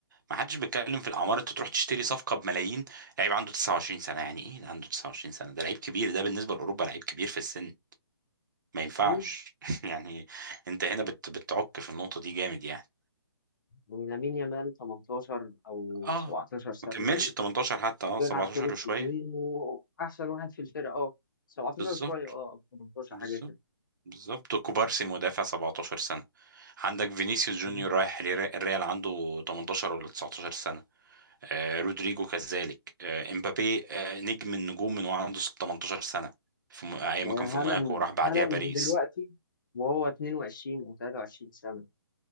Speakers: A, on the right (about 50°); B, on the left (about 50°).
A: ما حدش بيتكلم في الاعمار انت تروح تشتري صفقه بملايين لعيب عنده 29 سنه يعني ايه ده عنده 29 سنه ده لعيب كبير ده بالنسبه لاوروبا لعيب كبير في السن ما ينفعش
B: مم.
A: <laughs> يعني انت هنا بت... بتعك في النقطه دي جامد يعني
B: ولامين يامال 18 او
A: اه
B: 17 سنه
A: ما كملش
B: و-
A: ال 18 حتى
B: وبيلعب
A: اه 17
B: حارس
A: وشويه
B: في تيم واحسن واحد في الفرقه اه 17
A: بالظبط
B: شويه اه أو 18
A: بالظبط
B: حاجه كده
A: بالظبط كوبارسي المدافع 17 سنه عندك فينيسيوس جونيور
B: مم.
A: رايح الري- الريال عنده 18 ولا 19 سنه آه، رودريجو كذلك آه، امبابي آه، نجم النجوم من وهو عنده 18 سنة في م... ايام
B: آه،
A: ما كان في
B: هالاند
A: موناكو وراح بعديها
B: هالاند
A: باريس
B: دلوقتي وهو 22 او 23 سنه